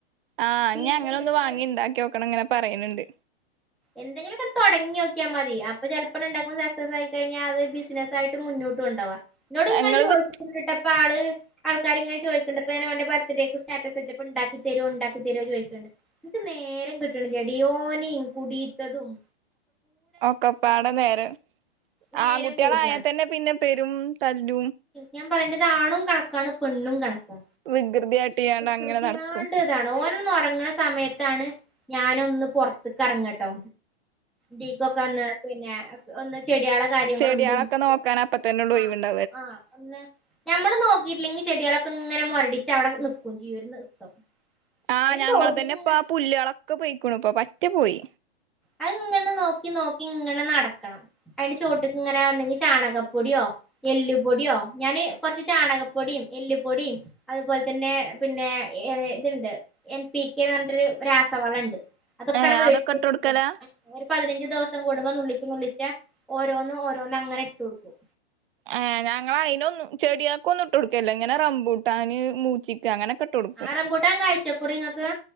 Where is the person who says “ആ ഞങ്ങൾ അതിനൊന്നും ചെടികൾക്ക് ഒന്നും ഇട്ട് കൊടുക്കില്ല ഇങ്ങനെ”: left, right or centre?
Right